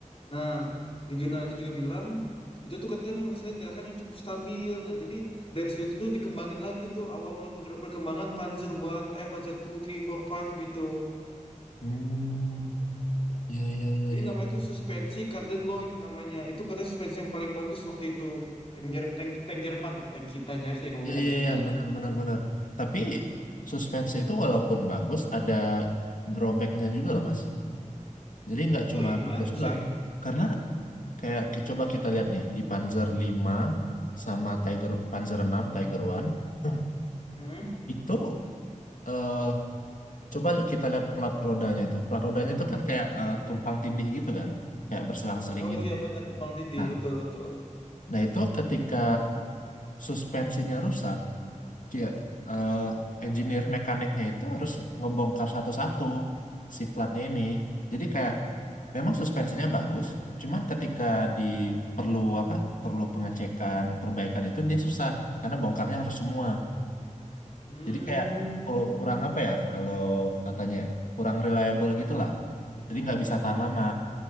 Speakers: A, on the left; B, on the left.
A: Nah, di jurnal itu juga bilang itu tuh katanya menghasilkan gerakan yang cukup stabil. Nah, jadi dari situ tuh dikembangin lagi tuh awal mula penger- perkembangan Panzer One eh Panzer Two, Three, Four, Five gitu.
B: Hmm, ya ya ya
A: Jadi
B: ya.
A: namanya itu suspensi Carden Lloyd namanya. Itu katanya suspensi yang paling bagus waktu itu. Tuh, Tank, Jer- tank, tank Jerman tuh, tank kita. Nyaris saya ngomong
B: Ya
A: tank
B: ya
A: kita.
B: ya benar benar benar. Tapi suspense itu walaupun bagus ada drawbacknya juga loh Mas. Jadi nggak cuma
A: Oh iya gimana
B: bagus
A: tuh
B: doang.
A: saya?
B: Karena kayak ki- coba kita lihat nih di Panzer lima sama Tiger Panzer enam Tiger one <clears throat>
A: Hmm?
B: itu eh coba kita lihat plat rodanya itu. Plat rodanya itu kan kayak eh, tumpang tindih gitu kan, kayak berselang-seling
A: Oh
B: gitu.
A: iya benar tuh Bang Tidi
B: Nah,
A: betul betul.
B: nah itu ketika suspensinya rusak Iya, eh, engineer mekaniknya itu harus ngebongkar satu-satu si platnya ini. Jadi kayak memang suspensinya bagus, cuman ketika di perlu apa? Perlu pengecekan, perbaikan itu dia susah karena bongkarnya harus semua.
A: Hmm.
B: Jadi kayak kalau kurang apa ya? Kalau katanya kurang reliable gitulah. Jadi nggak bisa tahan lama.